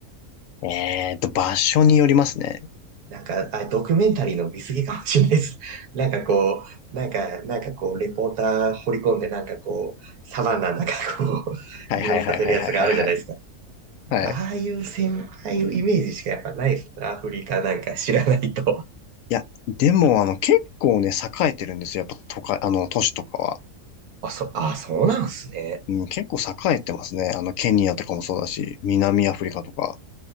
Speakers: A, on the left; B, on the right.
A: えーっと、場所によりますね。
B: なんか、あれ、ドキュメンタリーの見過ぎかもしれないです。<laughs> なんかこう、なんか、なんかこう、レポーター掘り込んで、なんかこう、サバンナなんかこう、<laughs>
A: はいはいはいはいはいはいはい。
B: 移動させるやつがあるじゃないですか。
A: はい
B: ああいう先輩イメージしかやっぱないですよね。アフリカなんか知らないと。
A: いや、でも、あの、結構ね、栄えてるんですよ。やっぱ、都会、あの、都市とかは。
B: あ、そ、あ、そうなんすね。
A: うん、結構栄えてますね。あの、ケニアとかもそうだし、南アフリカとか。